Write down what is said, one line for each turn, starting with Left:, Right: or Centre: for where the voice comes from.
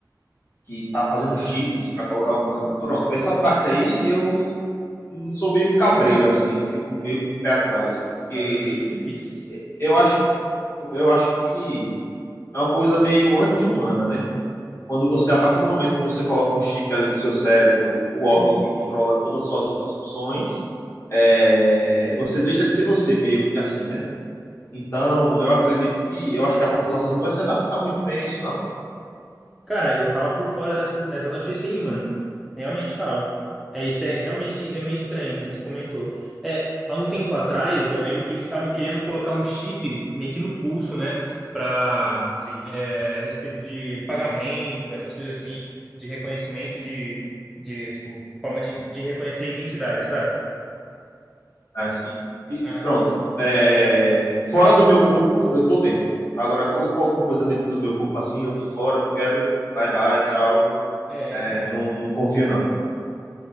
Left: que tá fazendo chips para colocar humano. Pronto, essa parte aí eu hum, sou meio cabreiro, assim, eu fico meio com o pé atrás, porque
Centre: Mas é, chips.
Left: eu acho que, eu acho que é uma coisa meio anti-humana, né? quando você, a partir do momento que você coloca um chip ali no seu cérebro, o órgão que controla todas as suas outras funções, é, você deixa de ser você, meio que assim, né? Então, eu acredito que, eu acho que a população não vai se adaptar muito bem a isso, não.
Centre: Cara, eu tava por fora dessa, dessa notícia aí, mano. Realmente tava. É, isso é realmente é meio estranho, que nem você comentou. É, há um tempo atrás, eu lembro que eles estavam querendo colocar um chip meio que no pulso, né? Pra,
Left: Sim,
Centre: é, respeito de pagamento, essas coisas assim, de reconhecimento de, de tipo, forma de, de reconhecer a identidade, sabe?
Left: é, sim. e
Centre: Ah,
Left: pronto. É, fora do meu corpo, eu tô dentro. Agora, colocou alguma coisa dentro do meu corpo assim, eu tô fora, não quero, bye bye, tchau,
Centre: é,
Left: é,
Centre: isso também.
Left: não, não confio, não.